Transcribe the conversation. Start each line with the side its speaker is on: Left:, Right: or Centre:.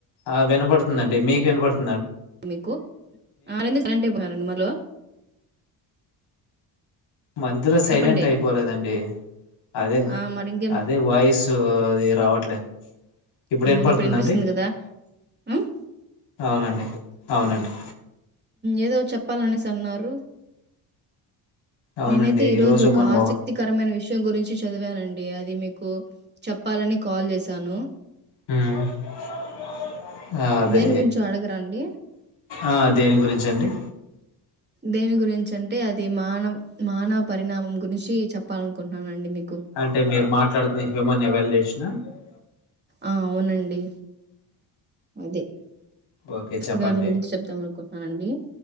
Left: ఆ వినపడుతుందండి మీకు వినపడుతుంది
Right: మీకు రం సార్ అంట అయిపోయిారండి మలో
Left: మధ్యలో సైలెంట్
Right: చెప్పండి
Left: అయిపోలేదండి అదే
Right: ఆ మరి ఇంకేం
Left: అదే వాయిస్ అది రావట్లేదు ఇప్పుడు
Right: ఉమ్,
Left: వినపడుతుందా
Right: వినిపిస్తుంది
Left: అండి
Right: కదా ఉమ్,
Left: అవునండి అవునండి
Right: ఏదో చెప్పాలనేసి అన్నారు
Left: అవునండి
Right: నేనైతే ఈ
Left: ఈరోజు
Right: రోజు ఒక
Left: మనం
Right: ఆసక్తికరమైన విషయం గురించి చదివానండి డి అది మీకు చెప్పాలని కాల్ చేసాను
Left: హహా అదే
Right: దేని గురించో అడగరా అండి?
Left: ఆ అ దేని గురించి అంచండి
Right: దేని గురించి అంటే అది మానవ మానవ పరిణామం గురించి చెప్పాలనుకుంటున్నానండి మీకు
Left: అంటే మీరు మాట్లాడుతున్న హ్యూమన్ ఎవాల్యషన్ కృష్ణ
Right: ఆ! అవునండి అదే
Left: ఓకే చెప్పండి
Right: దాని గురించి చెప్దాం అనుకుంటున్నానండి.